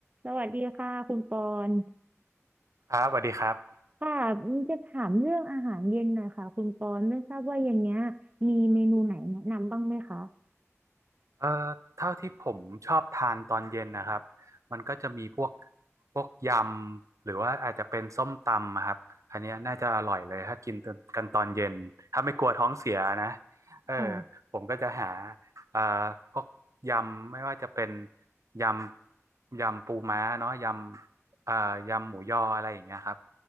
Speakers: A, on the right; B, on the right.
A: สวัสดีค่ะคุณปอน
B: ครับสวัสดีครับ
A: ค่ะจะถามเรื่องอาหารเย็นหน่อยค่ะคุณปอนไม่ทราบว่าเย็นเนี้ยมีเมนูไหนแนะนำบ้างไหมคะ
B: เอ่อเท่าที่ผมชอบทานตอนเย็นนะครับมันก็จะมีพวกพวกยำหรือว่าอาจจะเป็นส้มตำอะครับอันเนี้ยน่าจะอร่อยเลยถ้ากินกันตอนเย็นถ้าไม่กลัวท้องเสียนะเออ
A: ค่ะ
B: ผมก็จะหาเอ่อพวกยำไม่ว่าจะเป็นยำยำปูม้าเนาะยำเอ่อยำหมูยออะไรอย่างเงี้ยครับ